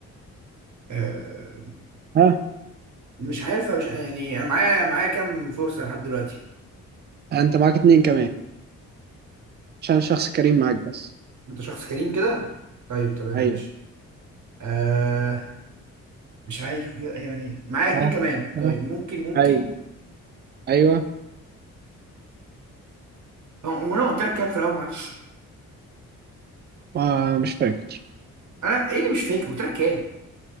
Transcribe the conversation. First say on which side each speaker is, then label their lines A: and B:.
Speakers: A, on the right; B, on the right.
A: آه
B: ها
A: مش عارف مش يعني انا معايا معايا كام فرصة لحد دلوقتي
B: انت معاك اتنين كمان عشان شخص كريم معاك بس
A: انت شخص كريم كده؟ طيب تمام
B: ايوه
A: ماشي آه مش عارف يعني معايا
B: ها
A: اتنين كمان
B: ها
A: طيب ممكن ممكن
B: ايوه ايوه
A: هو هو انا قلت لك كام في الاول معلش
B: آه مش فاكر
A: انا ايه اللي مش فاكر قلت لك كام